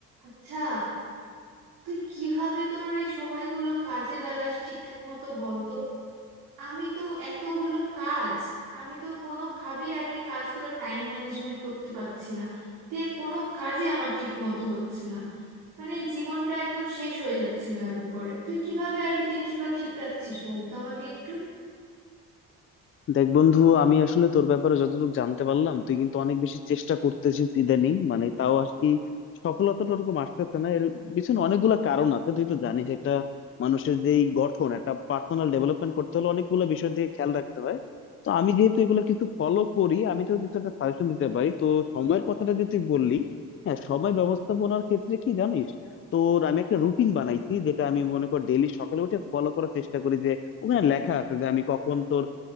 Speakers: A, on the right (about 85°); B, on the left (about 40°).
A: আচ্ছা তুই কিভাবে তোর এই সময়গুলো কাজে লাগাস ঠিকঠাক মতো বলতো আমি তো এতগুলো কাজ আমি তো কোনোভাবেই আর কি কাজগুলো টাইম ম্যানেজমেন্ট করতে পারছি না দিয়ে কোনো কাজই আমার ঠিক মতো হচ্ছে না মানে জীবনটা একদম শেষ হয়ে যাচ্ছে ভাবে করে তুই কিভাবে আর কি জিনিসগুলো ঠিক রাখছিস বলতো আমাকে একটু
B: দেখ বন্ধু আমি আসলে তোর ব্যাপারে যতটুকু জানতে পারলাম তুই কিন্তু অনেক বেশি চেষ্টা করতেছিস ইদানিং মানে তাও আর কি সফলতাটা ওরকম আসতেছে না এর পিছনে অনেকগুলা কারণ আছে তুই তো জানিস একটা মানুষের যেই গঠন একটা পার্সোনাল ডেভেলপমেন্ট করতে হলে অনেকগুলো বিষয় দিয়ে খেয়াল রাখতে হয় তো আমি যেহেতু এগুলো কিছু ফলো করি আমি তো কিছু একটা সাজেশন দিতে পারি তো সময়ের কথাটা যে তুই বললি হ্যাঁ সময় ব্যবস্থাপনার ক্ষেত্রে কি জানিস তোর আমি একটা রুটিন বানাইছি যেটা আমি মনে কর ডেইলি সকালে উঠে ফলো করার চেষ্টা করি যে ওখানে লেখা আছে যে আমি কখন তোর